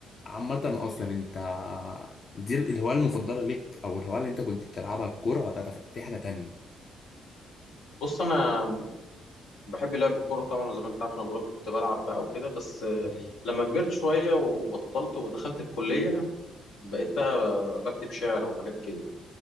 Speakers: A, on the left; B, on the left.
A: عامه اصلا انت دي الهوايه المفضله ليك او الهوايه اللي انت كنت بتلعبها الكوره ولا دخ- في حاجه تانية
B: بص أنا بحب لعب الكورة طبعا زي ما أنت عارف أنا بقولك كنت بلعب بقى وكده بس آه،
A: مم.
B: لما كبرت شوية وبطلت ودخلت الكلية بقيت بقى بكتب شعر وحاجات كده